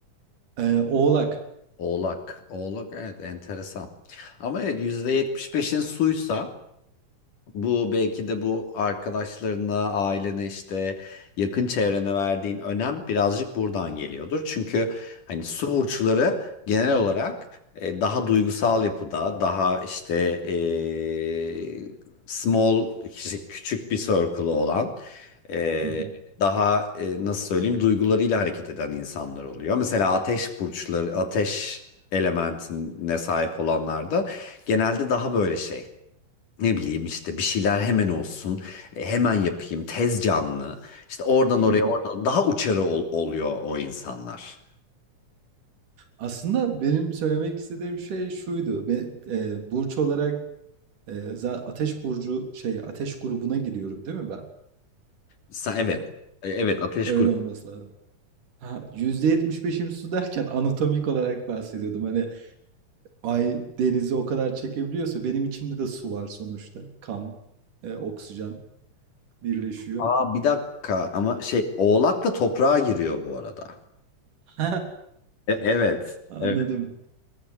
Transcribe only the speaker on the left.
Oğlak. Oğlak evet enteresan. Ama evet yüzde yetmiş beşin suysa Bu belki de bu arkadaşlarına, ailene işte yakın çevrene verdiğin önem birazcık buradan geliyordur. Çünkü hani su burçları genel olarak e, daha duygusal yapıda, daha işte e, small, işte küçük bir circle'ı olan, e,
daha e, nasıl söyleyeyim duygularıyla hareket eden insanlar oluyor. Mesela ateş burçları, ateş elementine sahip olanlar da genelde daha böyle şey ne bileyim işte bir şeyler hemen olsun, e, hemen yapayım, tez canlı. İşte oradan
oraya, oradan daha uçarı ol- oluyor o insanlar.
Sen evet.
E, Evet, ateş
grubu.
Aa bir dakika ama şey Oğlak da toprağa giriyor bu arada.
E, evet.
evet.